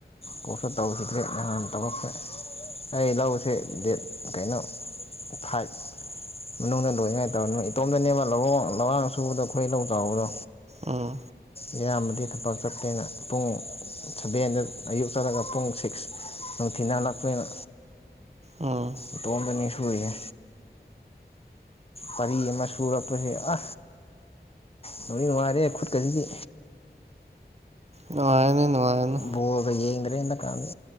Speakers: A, on the left; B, on the right.
A: ꯀꯣꯔꯁ ꯇꯧꯁꯤꯗ꯭ꯔꯦ ꯅꯥꯟ ꯇꯧꯕꯛꯈ ꯑꯩ ꯂꯁꯦ ꯗꯦꯠ ꯀꯩꯅꯣ ꯐꯥꯏꯚ ꯃꯅꯨꯡꯗ ꯂꯣꯏꯉꯥꯏꯇꯕ ꯏꯇꯣꯝꯗꯅꯦꯕ ꯂꯍꯣꯡ ꯂꯋꯥꯥꯡ ꯁꯨꯕꯗ ꯈꯨꯈꯣꯏ ꯂꯧ ꯆꯥꯎꯕꯗꯣ
B: ꯎꯝ
A: ꯏꯌꯥꯝꯕꯗꯤ ꯊꯝꯄꯥꯛ ꯆꯠꯇꯦꯅ ꯄꯨꯡ ꯁꯚꯦꯟꯗ ꯑꯌꯨꯛ ꯆꯠꯂꯒ ꯄꯨꯡ ꯁꯤꯛꯁ ꯅꯨꯡꯊꯤ ꯜꯂꯛꯄꯅ
B: ꯎꯝ
A: ꯏꯇꯣꯝꯗꯅꯤ ꯁꯨꯔꯤꯁꯦ ꯄꯔꯤ ꯃꯁꯨꯔꯄꯁꯦ ꯑ ꯅ ꯃꯅꯨꯡꯉꯔꯤꯦ ꯈꯨꯨꯠꯀꯁꯤꯗꯤ
B: ꯅꯨꯡꯉꯥꯏꯔꯅꯤ ꯅꯨꯡꯉꯥꯏꯔꯅꯤ
A: ꯕꯣꯒ ꯌꯦꯡꯒ꯭ꯔꯦꯅ ꯀꯥꯟꯗꯤ